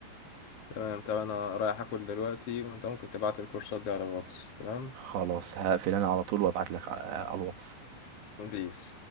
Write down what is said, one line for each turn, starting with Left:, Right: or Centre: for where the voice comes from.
Left: تمام طب أنا رايح آكل دلوقتي وأنت ممكن تبعت لي الكورسات دي على الواتس تمام
Right: خلاص هقفل انا على طول وابعت لك على على الواتس
Left: بيس